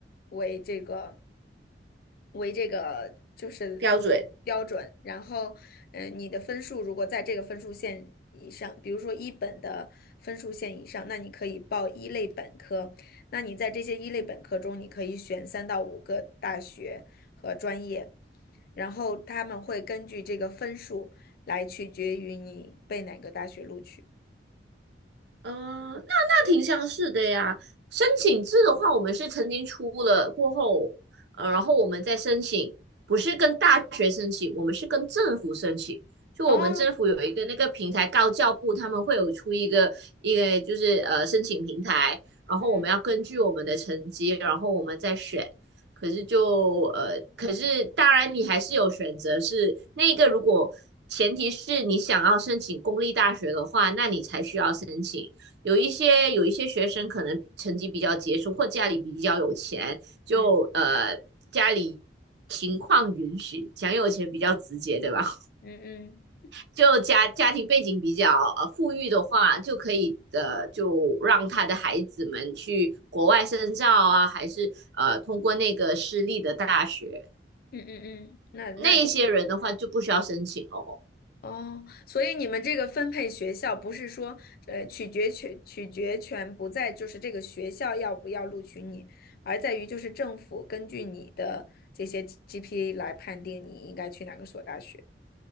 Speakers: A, on the left; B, on the right.
A: 为这个为这个就是标准，
B: 标准
A: 然后嗯、呃你的分数如果在这个分数线以上，比如说一本的分数线以上，那你可以报一类本科。那你在这些一类本科中，你可以选三到五个大学和专业，然后他们会根据这个分数来取决于你被哪个大学录取。
B: 嗯，那那挺像是的呀。申请制的话，我们是曾经出了过后，呃，然后我们再申请，不是跟大学申请，我们是跟政府申请。就我们政府有一个那个平台，
A: 哦，
B: 高教部他们会有出一个一个就是呃申请平台，然后我们要根据我们的成绩，
A: 嗯
B: 然后我们再选。可是就呃，可是当然你还是有选择是，那个如果前提是你想要申请公立大学的话，那你才需要申请。有一些有一些学生可能成绩比较杰出，或家里比较有钱，就呃家里情况允许，
A: 嗯
B: 讲有钱比较直接，对吧？<laughs>
A: 嗯嗯
B: 就家家庭背景比较呃富裕的话，就可以呃就让他的孩子们去国外深造啊，还是呃通过那个私立的大学。
A: 嗯嗯嗯，那那都一样
B: 那一些人的话就不需要申请哦。
A: 哦。所以你们这个分配学校不是说，呃，取决权取决权不在就是这个学校要不要录取你，而在于就是政府根据你的这些 GPA 来判定你应该去哪个所大学。